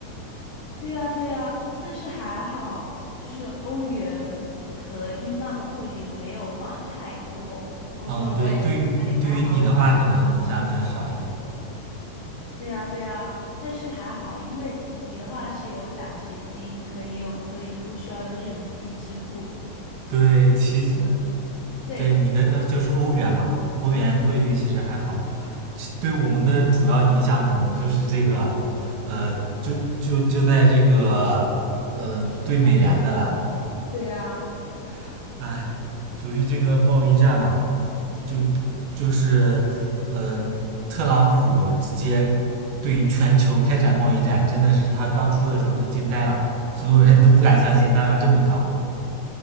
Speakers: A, on the left (about 75°); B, on the right (about 75°).
A: 对呀，对呀，但是还好，就是欧元和英镑的汇率没有换太多，否则我也在那里哀嚎。
B: 嗯，对，对于对于你的话，可能影响比较少一点。
A: 对呀，对呀，但是还好，因为你的话是有奖学金可以用，所以不需要用人民币支付。
B: 对，其
A: 嗯，对，
B: 对你的要就是欧元嘛，欧元汇率其实还好。其对我们的主要影响可能就是这个，呃，就就就在这个，呃，
A: 平台上的，
B: 兑美元的了。
A: 对呀。
B: <laughs> 哎。由于这个贸易战嘛，就就是嗯、呃特朗普直接对全球开展贸易战，真的是他刚出的时候都惊呆了，所有人都不敢相信他要这么搞。